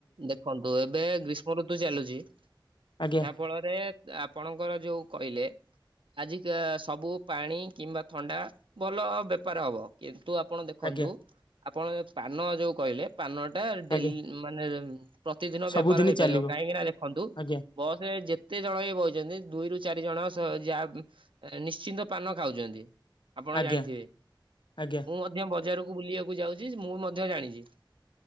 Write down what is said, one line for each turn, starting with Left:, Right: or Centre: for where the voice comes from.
Right: ଦେଖନ୍ତୁ ଏବେ ଗ୍ରୀଷ୍ମ ଋତୁ ଚାଲୁଛି ଯାହା
Left: ଆଜ୍ଞା
Right: ଫଳରେ ଯା ଆପଣଙ୍କର ଯୋଉ କହିଲେ ଆଜିିକ ସବୁ ପାଣି କିମ୍ବା ଥଣ୍ଡା ଭଲ ବେ ପାର ହବ କିନ୍ତୁ ଆପଣ ଦେଖନ୍ତୁ
Left: ଆଜ୍ଞା
Right: ଆପଣ ପାନ ଯୋଉ କହିଲେ ପାନଟା ଡେଲି
Left: ଆଜ୍ଞା
Right: ମାନେ ଉ ପ୍ରତିଦିନ
Left: ସବୁଦିନ
Right: ବେପାର ହେଇପାରିବ
Left: ଚାଲିବ
Right: କାହିଁକି ନା ଦେଖନ୍ତୁ
Left: ଆଜ୍ଞା
Right: ବସରେ ଯେତେ ଜଣ ବି ବଇଚନ୍ତି ଦୁଇରୁୁ ଚାରିଜଣ ସ ଯା ନିଶ୍ଚିନ୍ତ ପାନ ଖାଉଛନ୍ତି, ଆପଣ
Left: ଆଜ୍ଞା
Right: ଜାଣିଥିବେ
Left: ଆଜ୍ଞା।
Right: ମୁଁ ମଧ୍ୟ ବଜାରକୁ ବୁଲିଆକୁ ଯାଉଛି ମୁଁ ମଧ୍ୟ ଜାଣିଚି।